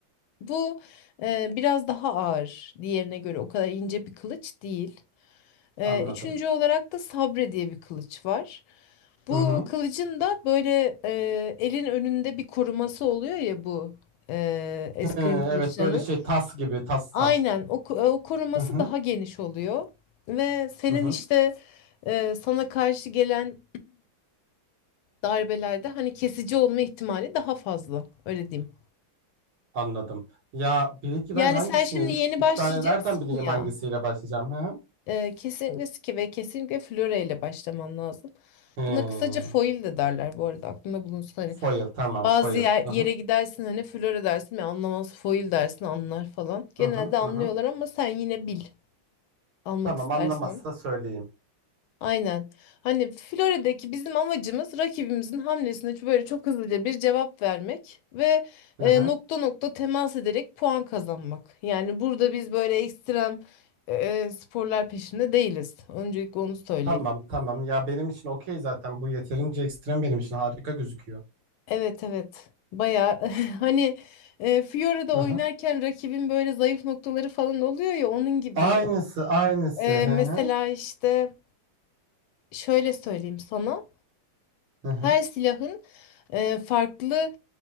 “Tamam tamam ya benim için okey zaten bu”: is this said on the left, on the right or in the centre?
Right